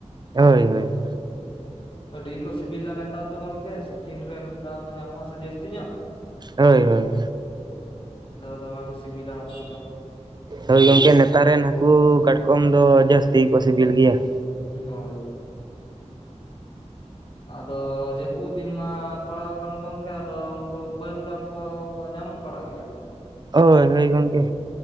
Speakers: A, on the right; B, on the left.
A: ᱦᱳᱭ ᱦᱳᱭ
B: ᱦᱮᱸ ᱦᱮᱸ ᱟᱹᱰᱤ ᱜᱮᱠᱚ ᱥᱤᱵᱤᱞᱟ ᱱᱮᱛᱟᱨ ᱫᱚ ᱜᱚᱝᱠᱮ ᱥᱤᱡᱤᱱ ᱨᱮ ᱢᱤᱫ ᱫᱷᱟᱣ ᱠᱚ ᱧᱟᱢᱚᱜᱼᱟ ᱥᱮ ᱡᱟᱹᱥᱛᱤ ᱧᱚᱜ
A: ᱦᱳᱭ ᱦᱳᱭ
B: <unintelligible> ᱱᱮᱛᱟᱨ ᱫᱚ ᱫᱚᱢᱮ ᱠᱚ ᱥᱤᱵᱤᱞᱟ ᱩᱱᱠᱩ ᱫᱚ᱾
A: ᱦᱳᱭ ᱜᱚᱢᱠᱮ ᱱᱮᱛᱟᱨ ᱨᱮᱱ ᱦᱟᱹᱠᱩ ᱠᱟᱴᱠᱚᱢ ᱫᱚ ᱡᱟᱹᱥᱛᱤ ᱠᱚ ᱥᱤᱵᱤᱞ ᱜᱮᱭᱟ ᱾
B: ᱦᱳᱭ ᱾ ᱟᱫᱚ ᱡᱟᱹᱯᱩᱫ ᱫᱤᱱ ᱢᱟ ᱯᱟᱲᱟᱣ ᱟᱠᱟᱱ ᱜᱚᱢᱠᱮ ᱟᱫᱚ ᱩᱱᱠᱩ ᱵᱟᱹᱨᱩᱰᱟᱝ ᱠᱚ᱾ ᱠᱚ ᱧᱟᱢᱚᱜ ᱵᱟᱲᱟᱜ ᱜᱮᱭᱟ ᱛᱚ
A: ᱦᱳᱭ ᱦᱳᱭ ᱜᱚᱢᱠᱮ